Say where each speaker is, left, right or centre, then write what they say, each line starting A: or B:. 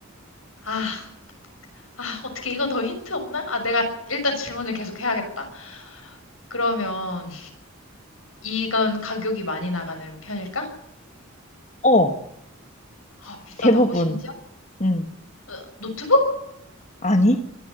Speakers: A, on the left (about 80°); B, on the left (about 35°).
A: 아, 아, 어떻게 이거 더 힌트 없나? 아, 내가 일단 질문을 계속 해야겠다. 그러면, 이건 가격이 많이 나가는 편일까?
B: 어,
A: 아, 비싸다고,
B: 대부분.
A: 심지어?
B: 응.
A: 어, 노트북?
B: 아니?